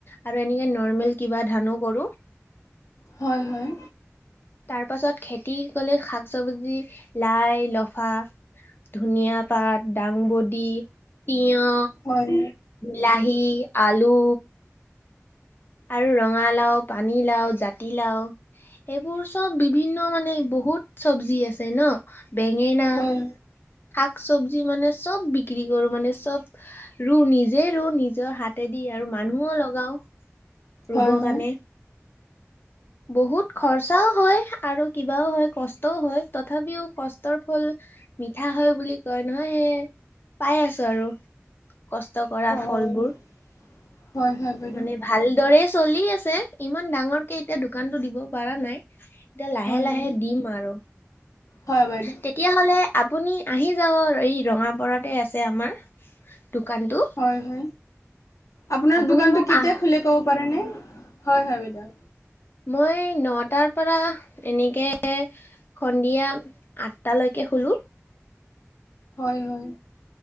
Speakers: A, on the left (about 45°); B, on the left (about 90°).
A: আৰু এনেকে নৰ্মেল কিবা ধানো কৰো।
B: হয়, হয়।
A: তাৰ পাছত খেতি ক'লে শাক চবজি, লাই, লফা। ধুনীয়া পাত, দাংবডী, তিয়।
B: হয়
A: লাহী, আলু। আৰু ৰঙালাও, পানী লাও, জাতিলাও। এইবোৰ চব বিভিন্ন মানে বহুত চব্জি আছে ন' বেঙেনা।
B: হয়
A: শাক চবজি মানে চব বিক্ৰী কৰো মানে চব ৰু, নিজে ৰু নিজৰ হাতে দি আৰু মানুহো, লগাও ৰুব
B: হয় হয়।
A: কাৰণে। বহুত খৰচাও হয়, আৰু কিবাও হয়, কষ্টও হয় তথাপিও কষ্টৰ ফল মিঠা হয় বুলি কয় নহয় সেই পাই আছো আৰু। কষ্ট কৰা
B: অ
A: ফলবোৰ,
B: হয় হয় বাইদেউ
A: মানে ভাল দৰে চলি আছে ইমান ডাঙৰকে এতিয়া দোকান টো দিব পাৰা নাই। এতিয়া লাহে
B: হয়
A: লাহে
B: হয়
A: দিম আৰু।
B: হয় বাইদেউ
A: তেতিয়াহ'লে আপুনি আহি যাব এই ৰঙাপাৰাতে আছে আমাৰ। দোকানটো
B: হয় হয়, আপোনাৰ
A: আপুনি
B: দোকানতো
A: মোক
B: কেতিয়া
A: আহ
B: খোলে ক'ব পাৰেনে? হয় হয়, বাইদেউ।
A: মই নটাৰ পৰা এনেকে সন্ধিয়া আঠটালৈকে খোলো।
B: হয় হয়।